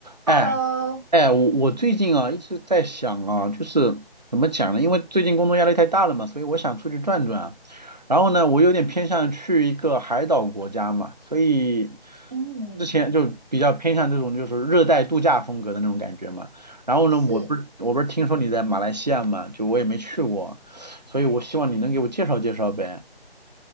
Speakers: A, on the right; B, on the right.
A: 哎
B: Hello，
A: 哎，我我最近啊一直在想啊，就是怎么讲呢？因为最近工作压力太大了嘛，所以我想出去转转啊。然后呢，我有点偏向去一个海岛国家嘛，所以
B: 嗯，
A: 之前就比较偏向这种就是热带度假风格的那种感觉嘛。然后呢，
B: 是
A: 我不是我不是听说你在马来西亚嘛，就我也没去过啊，所以我希望你能给我介绍介绍呗。